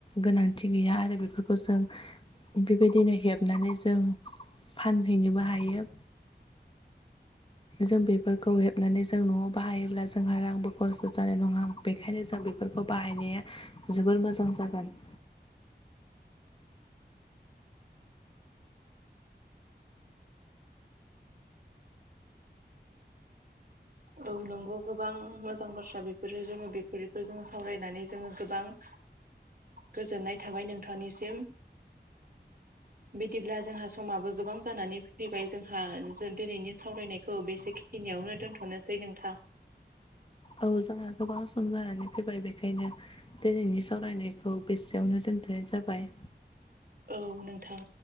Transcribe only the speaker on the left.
गोनांथि गैया आरो बेफोरखौ जों। बेबायदिनो हेबनानै जों फानहैनोबो हायो। जों बेफोरखौ हेबनानै जों न'आव बाहायोब्ला जोंहा रांबो खरसा' जानाय नङा। बेखायनो जों बेफोरखौ बाहायनाया जोबोर मोजां जागोन।
<unintelligible>
औ जोंहा गोबां सम जानानै फैबाय बेखायनो। दिनैनि सावरायनायखौ बेसेयावनो दोन्थ'नाय जाबाय।